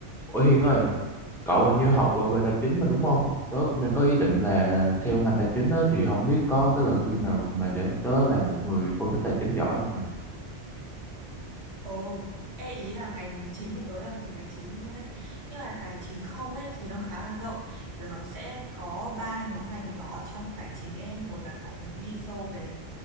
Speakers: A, in the centre; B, on the right.
A: Ủa Hiền ơi, cậu hình như học về về tài chính mà đúng không? Tớ cũng đang có ý định là theo ngành tài chính á, thì không biết có cái lời khuyên nào mà để tớ là một người phân tích tài chính giỏi không nhỉ?
B: Ồ, ê ý là ngành chính của tớ là ngành tài chính luôn đấy. Nhưng mà tài chính không ấy thì nó khá là rộng. Kiểu nó sẽ có ba nhóm ngành nhỏ trong tài chính ấy. Một là cậu muốn đi sâu về